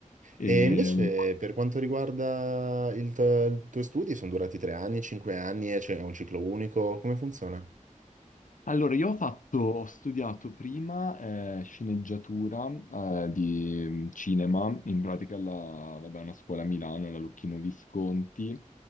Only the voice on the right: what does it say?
E invece per quanto riguarda il, t- i tuoi studi, sono durati tre anni, cinque anni, e c'è un ciclo unico, come funziona?